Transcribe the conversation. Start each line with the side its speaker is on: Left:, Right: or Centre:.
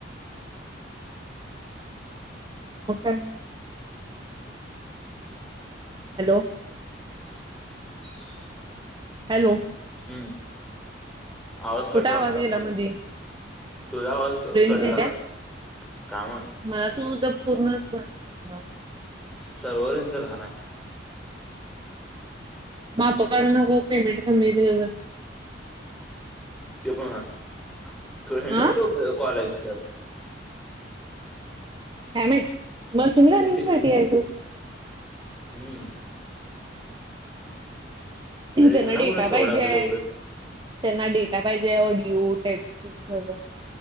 Right: मग काय? हॅलो.
Centre: <unintelligible>
Right: हॅलो.
Centre: हम्म, आवाज कट
Right: कुठं
Centre: वालता.
Right: गेला मधी?
Centre: तुझा आवाज
Right: रेंज
Centre: कट
Right: नाही
Centre: झाला,
Right: काय?
Centre: कायमत.
Right: मला तूझ पूर्णच बंद
Centre: सरोवर यांच घाहणे.
Right: माप काढून नको, पेमेंट कमीे देतील गबस.
Centre: ते पण हाय, कूठ
Right: हा
Centre: कॉलेज जात.
Right: काय माहिती, मशीन
Centre: ह्यांनी
Right: लर्निंग
Centre: ते
Right: साठी आहेजो.
Centre: हम्म. ह्यांना
Right: त्यांना डेटा
Centre: कुठं सवड
Right: पाहिजेय.
Centre: असेल एवढं.
Right: त्यांना डेटा पाहिजे, ऑडिओ टेक्स्ट सगळं.